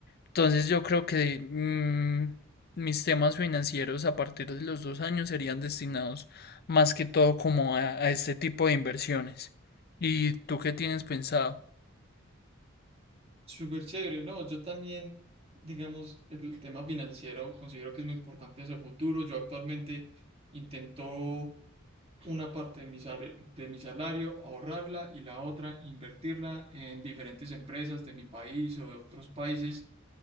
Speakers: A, on the left; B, on the right.
A: Entonces yo creo que mm, mis temas financieros a partir de los dos años serían destinados más que todo como a, a este tipo de inversiones. ¿Y tú qué tienes pensado?
B: Súper chévere, ¿no? Yo también, digamos, el tema financiero considero que es muy importante hacia el futuro. Yo actualmente intento una parte de mi sal- de mi salario, ahorrarla y la otra invertirla en diferentes empresas de mi país o de otros países.